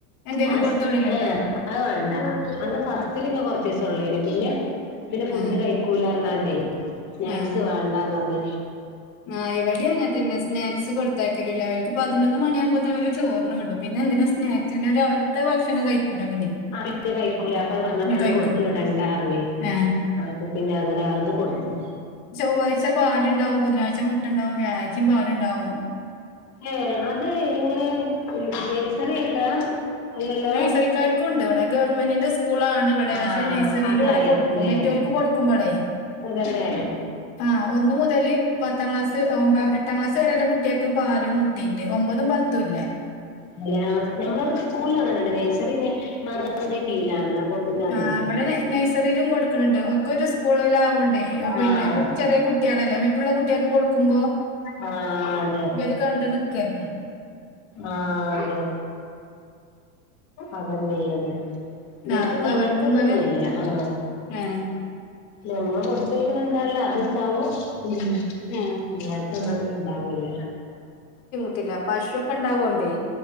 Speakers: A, on the left; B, on the left.
A: എന്തേലും
B: അ
A: കൊടുത്തു വിടലുണ്ടോ
B: ഏഹ അത് വേണ്ട അത് ഫസ്റ്റിലി കൊറത്ത പിന്നെ പിന്നെ ഫുഡ്
A: ആ
B: കഴിക്കൂലാണ്ടേ സ്നാക്സ്
A: ആ
B: വേണ്ടന്ന് പറഞ്ഞ
A: ആ ഇവിടെ അങ്ങെ തന്നെ സ്നാക്സ് കൊടുത്താക്കലില്ല അവക്ക് പതിനൊന്ന് മണിയാക്പോത്തേ പോല ചോന്നന്ന് വിടും പിന്നെ എന്തിനാ സ്നക്സ്സിരവിടുത്ത് ഭക്ഷണം കഴിക്കൂല പിന്നെ
B: ആ കഴിക്കൂല അപ്പൊ പററന്നാൾ
A: പിന്നെ കഴിക്കൂല
B: കൊടുത്തു വിടണ്ടാറിില്ലേ
A: ആ
B: അപ്പ പിന്നെ അങ്ങനെ അത് കൊടുത്തു
A: ചൊവ്വാഴ്ച പാലുണ്ടാവും ബുധനാഴ്ച മുട്ട ഉണ്ടാവും വ്യാ്ചും പാാലുണ്ടാവും
B: ഏ അത് എങ്ങനെ ഗേസറി ആയിട്ടാ അല്ലല്ലോ
A: നൈസറിക്കാർക്കുംണ്ട് ഇവിടെ ഗവൺമെന്റിന്റെ സ്കൂളാണ് ഇവിടെ
B: ആഹ്
A: പക്ഷെ നഴസറിൽ
B: അതായിരിക്കൂല്ലേ
A: ഇവിടെ കൊടുക്കും മറ്റവർക്ക് കൊടുക്കുമ്പോളേ
B: അതല്ലേ
A: ആഹ് ഒന്ന മുതല് പത്താം ക്ലാസ് ഒ എട്ടാം ക്ലാസ് വരെെയല്ല കുട്ടികൾക്ക് പാലും മുട്ടയുണ്ട് ഒമ്പതും പത്തല്ല
B: അ നഞമ്മളവിടെ സ്കൂളിലങ്ങെട്ട് നഴ്സറിെ മാദ്രാസിന്റെ കീഴിലാണ് അപ്പൊ പിന്നെ അതില്ല
A: ആ അവിടെ നഴ്സറിയിലും കൊടുക്കണണ്ട് ഒക്കെ ഒരു സ്കൂളില ആാവണ്ടേ പിന്നെ
B: ആഹ്
A: കു ചെറിയ കു കുട്ടികളല്ലേ മറ്റുള്ള കുട്ടികൊക്കെ കൊടുക്കുമ്പോ
B: ആഹ അതെ
A: ഇവര് കണ്ട് നിക്കല്ലേ
B: ആഹ അതെ അതൊന്നല്ലത് ഇവർക്ക്ന്ന
A: ആ അപ്പൊ അവർക്കും
B: അങ്ങനത്തെതൊന്നുമല്ല
A: ഇങ്ങനെ
B: ആഹ
A: ആ
B: നമ്മ കൊടു വിവേക്കന എന്താല്ല അത്െന്താവോ ഉ
A: ഉം
B: അല്ലാക്കന്ന ഉണ്ടാവല്ല
A: കിട്ടില്ല പശുൊക്കെ ഉണ്ടാവോണ്ടേ